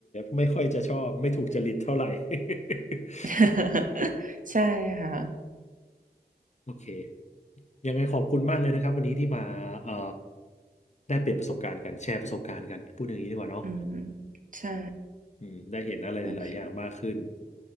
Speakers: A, on the left (about 45°); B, on the right (about 50°).
A: ไม่ค่อยจะชอบไม่ถูกจริตเท่าไหร่ <laughs>
B: <laughs> ใช่ค่ะ
A: โอเคยังไงขอบคุณมากเลยนะครับวันนี้ที่มาเอ่อได้เปลี่ยนประสบการณ์กันแชร์ประสบการณ์กันพูดอย่างนี้ดีกว่าเนาะ
B: อืมใช่
A: อืมได้เห็นอะไรหลายๆอย่างมากขึ้น
B: โอเค